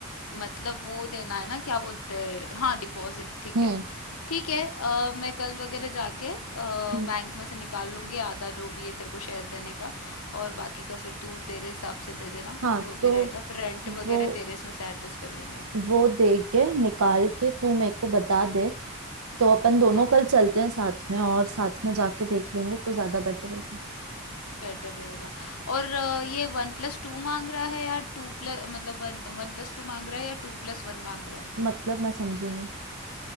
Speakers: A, on the left; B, on the right.
A: मतलब वो देना है ना क्या बोलते हैं हाँ डिपॉजिट ठीक
B: हम्म
A: है ठीक है अ, मैं कल वगैरह जाके
B: हम्म।
A: बैंक में से निकाल लूंगी आधा जो भी है तेरे को शेयर देने का और बाकी का फिर तू तेरे हिसाब से दे देना
B: हाँ
A: जो भी
B: तो
A: रहेगा फिर रेंट वगैरह
B: वो
A: तेरे इसमें से एडजस्ट कर लेंगे
B: वो दे के निकाल के तू मेरे को बता दे तो अपन दोनों
A: हाँ
B: कल चलते हैं साथ में और साथ में जाके देख लेंगे तो ज्यादा बेटर होगा
A: बेटर रहेगा और अ, ये वन प्लस टू मांग रहा है या टू प्लस मतलब वन वन प्लस टू मांग रहा है या टू प्लस वन मांग रहा है
B: मतलब मैं समझी नहीं